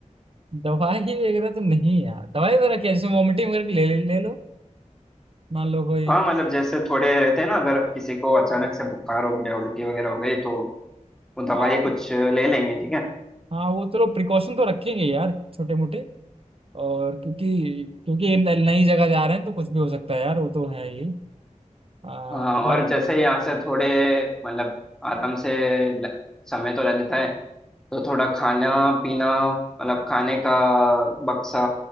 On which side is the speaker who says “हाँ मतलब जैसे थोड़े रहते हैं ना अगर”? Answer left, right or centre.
Centre